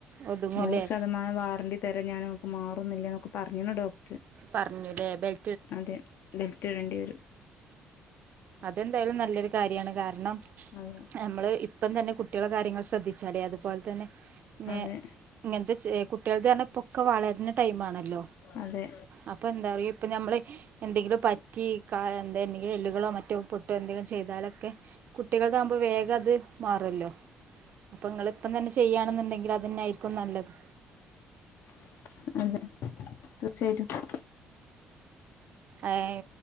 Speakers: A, on the right (about 45°); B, on the left (about 60°).
A: ഒതുങ്ങൂലേ
B: നൂറ് ശതമാനം വാറന്ണ്ടി തരാൻ ഞാൻമക്ക് മാറുന്നില്ലേ എന്നൊക്കെ പറഞ്ഞു ഡോക്ടർ
A: പറഞ്ഞുല്ലേ ബെൽ
B: അതെ ബെൽറ്റ് ഇടേണ്ടി വരും
A: അതെന്തായാലും നല്ലൊരു കാര്യാണ് കാരണം
B: അതെ
A: നമ്മൾ ഇപ്പം തന്നെ കുട്ടികള കാര്യങ്ങൾ ശ്രദ്ധിച്ചാലേ അതുപോലെ തന്നെ പിന്നെ
B: അതെ
A: ഇങ്ങനത്തെ കുട്ടികൾ പറഞ്ഞാ ഇപ്പൊക്കെ വളരുന്ന ടൈം ആണ് ല്ല
B: അതെ
A: അപ്പൊ എന്താറിയോ ഇപ്പൊ നമ്മള് എന്തെങ്കിലും പറ്റി കാ എന്തെങ്കിലും എല്ലുകളോ മറ്റ പറ്റോ പൊട്ടോ എന്തെങ്കിലും ചെയ്താലൊക്കെ കുട്ടികൾക്കാകുമ്പോ വേഗം അത് മാറല്ലോ അപ്പൊ നിങ്ങള ഇപ്പം തന്നെ ചെയ്യുകയാണെന്നുണ്ടെങ്കിൽ അത് തന്നായിരിക്കും നല്ലത്
B: <unintelligible>
A: അതെ